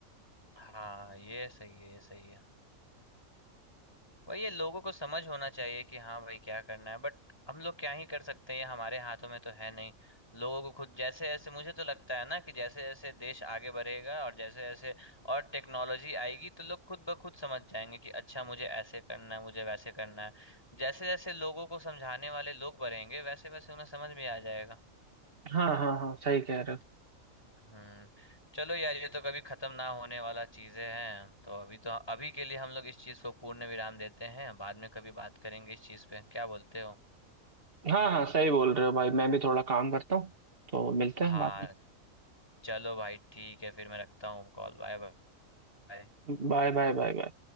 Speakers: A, on the left (about 15°); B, on the right (about 40°).
A: हाँ ये सही है ये सही है वही ये लोगों को समझ होना चाहिए कि हाँ भाई क्या करना है बट हम लोग क्या ही कर सकते हैं ये हमारे हाथों में तो है नहीं लोगों को खुद जैसे जैसे मुझे तो लगता है ना कि जैसे जैसे देश आगे बढ़ेगा और जैसे जैसे और टेक्नोलॉजी आएगी तो लोग खुद ब खुद समझ जाएंगे कि अच्छा मुझे ऐसे करना है मुझे वैसे करना है जैसे जैसे लोगों को समझाने वाले लोग बढ़ेंगे वैसे वैसे उन्हें समझ में आ जाएगा
B: हाँ हाँ हाँ सही कह रहे हो।
A: हम्म चलो यार ये तो कभी खत्म ना होने वाला चीजें हैं तो अभी तो अभी के लिए हम लोग इस चीज को पूर्ण विराम देते हैं बाद में कभी बात करेंगे इस चीज पे क्या बोलते हो
B: हाँ हाँ सही बोल रहे हो भाई मैं भी थोड़ा काम करता हूँ तो मिलते
A: हाँ
B: हैं बाद में
A: चलो भाई ठीक है फिर मैं रखता हूँ कॉल बाय बाय
B: हो बाय बाय बाय बाय